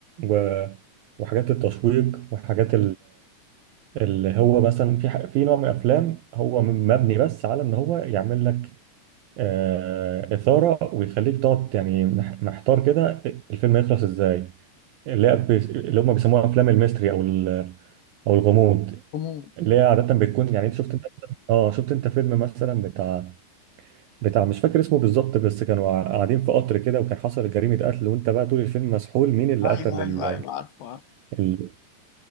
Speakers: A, on the right; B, on the left.
A: و... وحاجات التشويق وحاجات اللي هو مثلا في ح- في نوع من الافلام هو م- مبني بس على ان هو يعمل لك آه، اثاره ويخليك تقعد يعني مح- محتار كده الفيلم يخلص ازاي اللي هي بيس- اللي هم بيسموها افلام الميستري او ال- او الغموض
B: كومو
A: اللي هي عاده بتكون يعني انت شفت انت اه شفت انت فيلم مثلا بتاع بتاع مش فاكر اسمه بالظبط بس كانوا قاع- قاعدين في قطر كده وكان حصل جريمه قتل وانت بقى طول الفيلم مسحول مين اللي
B: ايوه
A: قتل
B: ايوه
A: ال...
B: ايوه عارفه عارفه
A: ال...